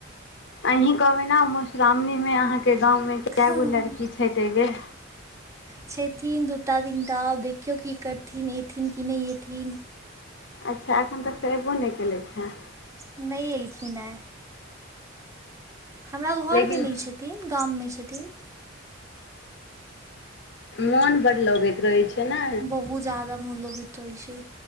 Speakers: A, on the left (about 60°); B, on the right (about 15°).
A: अहीँ कहबै ने मधुश्रावणीमे अहाँके गाँवमे
B: छै
A: कए गो लड़की छै तै बेे।
B: छथिन दूटा, तीनटा आब देखियौ की करथिन एथिन कि नैह एथिन।
A: अच्छा एखन तक से एबो नहि केलथि हँ।
B: नहि एलखिन हँ। हमरा
A: लेकिन
B: घरमे नैह छथिन गाममे छथिन।
A: मोन बड्ड लगैत रहै छै। ने
B: बहुत ज्यदा मोन लगईत होइ छै।